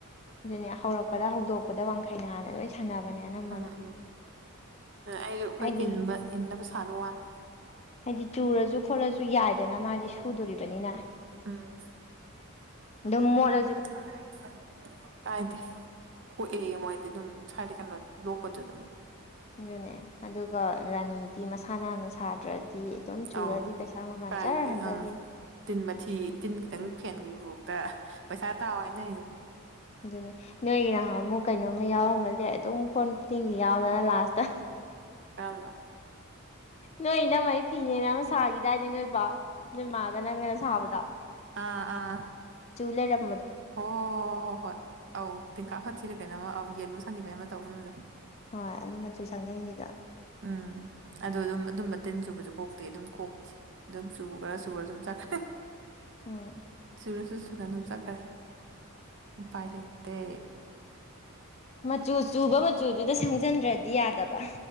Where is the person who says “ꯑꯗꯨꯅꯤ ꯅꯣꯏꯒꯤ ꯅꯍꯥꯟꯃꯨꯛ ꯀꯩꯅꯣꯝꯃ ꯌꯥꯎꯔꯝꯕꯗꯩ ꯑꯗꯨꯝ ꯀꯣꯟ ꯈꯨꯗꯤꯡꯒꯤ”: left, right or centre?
Left